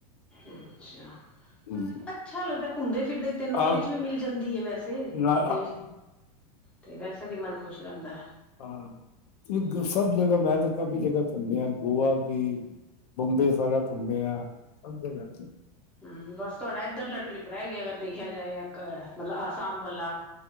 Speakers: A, in the centre; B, on the left.
A: ਅੱਛਾ।
B: ਆਏ।
A: ਅੱਛਾ ਲੱਗਦਾ ਘੁੰਮਦੇ ਫਿਰਦੇ ਇੱਕ ਤੇ ਨੌਲੇਜ
B: ਆਹ
A: ਵੀ ਮਿਲ ਜਾਂਦੀ ਐ ਵੈਸੇ
B: ਨਾ,
A: ਦੇਸ਼ ਤੇ ਵੈਸੇ ਵੀ ਮਨ ਖੁਸ਼ ਰਹਿੰਦਾ।
B: ਹਾਂ ਨੀ
A: ਹੈਗਾ
B: ਸਭ ਜਗ੍ਹਾ ਮੈਂ ਤਾਂ ਕਾਫ਼ੀ ਜਗ੍ਹਾ ਘੁੰਮਿਆ ਗੋਆ ਕੀ। ਬੰਬੇ ਸਾਰਾ ਘੁੰਮੇਆ ਸਭ ਜਗਾ।
A: ਹੂੰ ਬਸ ਤੁਹਾਡਾ ਇੱਧਰਲਾ ਟ੍ਰਿਪ ਰਹਿ ਗਿਆ ਅਗਰ ਦੇਖਿਆ ਜਾਏ ਇੱਕ ਮਤਲਬ ਆਸਾਮ ਵਾਲਾ।